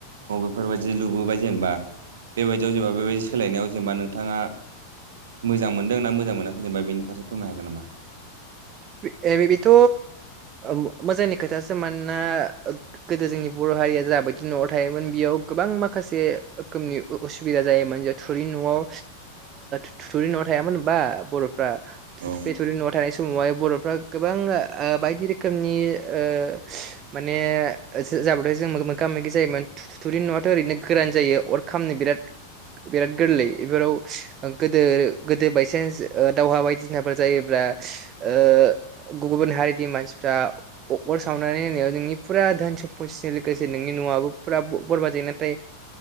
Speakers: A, on the right; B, on the right.
A: मबेफोरबायदि लुबोबाय जेमबा बेबायदियाव जेबा बेबायदि सोलायनायाव जेमबा नोंथाङा मोजां मोनदों ना मोजां मोनाखै जेनबा बेनि फारसे फोरमनो हागोन नामा?
B: बे एबे बेथ' मो-मोजांनि खोथासो मोनना गोदो जोंनि बर' हारिया जाबायदि न'आव थायोमोन बेयाव गोबां माखासे रोखोमनि अ-असुबिदा जायोमोन जे थुरि न'आव ओ थु-थुरि न'आव थायामोनबा बर'फ्रा थु-थु
A: औ
B: बेथुरि न'आव थानाय समावहाय बर'फ्रा गोबां ओ बायदि रोखोमनि अ माने ज-जा- ओमफ्राय जों मोगा मोगि जायोमोन थु-थु-थुरि न'आथ' ओरैनो गोरान जायो अर खामनो बिराद बिराद गोरलै एबाराव गोदो गोदो बायसेन्स ओ दावहा बायदिसिनाफोर जायोब्ला दा गुबुन हा मानसिफ्रा अ-अर सावनानै होन नोंनि फुरा धोन सम्तजों लोगोसे नोंनि न'आबो फुरा बरबाद जायो नाथाय